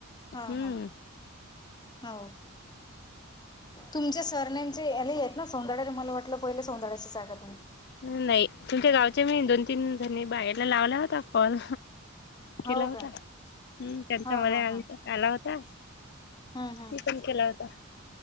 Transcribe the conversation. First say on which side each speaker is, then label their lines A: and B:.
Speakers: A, on the left; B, on the left.
A: हम्म
B: हा हा हो. तुमच्या सरनेमचे याले आहेत ना सोनदाड्या मला वाटलं पहिले सोनदाड्याची हाय का तुम्ही....
A: नाही तुमच्या गावच्या मी दोन तीन जणी बायांला लावला होता कॉल. केला
B: हो
A: होता.
B: का
A: हम्म त्यांचा
B: हा
A: मध्ये
B: हा हा
A: आला होता-
B: हम्म हम्म
A: मी पण केला होता.